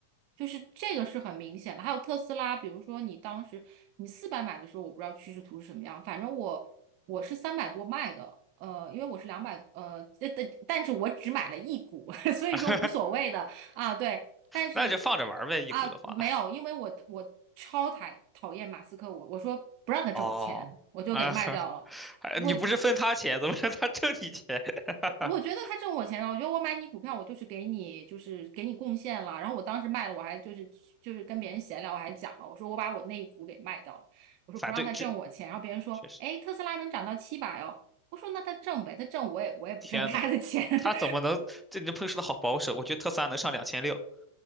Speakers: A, on the right (about 50°); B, in the centre.
A: 就是这个是很明显的。还有特斯拉，比如说你当时你四百买的时候，我不知道趋势图是什么样，反正我我是三百多卖的，呃，因为我是两百，呃，但但但是我只买了一股，<laughs> 所以说无所谓的啊，
B: <laughs>
A: 对，但是。
B: 那就放着玩儿呗，一股的话。
A: 啊，没有，因为我我超讨讨厌马斯克，我我说不让他挣我钱，
B: 哦，
A: 我就给卖掉了。
B: 啊，<laughs> 还你不是分他钱，
A: 我
B: 怎么让他挣你钱？<laughs>
A: 我觉得他挣我钱了，我觉得我买你股票，我就是给你就是给你贡献了。然后我当时卖了，我还就是就是跟别人闲聊，我还讲了，我说我把我那一股给卖掉了，我说不让他挣我钱。
B: 反对这
A: 然后别人说，
B: 确实，
A: 哎，特斯拉能涨到七百哦，我说那他挣呗，他挣我也我也不挣他的钱。
B: 天呐，
A: <laughs>
B: 他怎么能？这你朋友说的好保守，我觉得特斯拉能上两千六，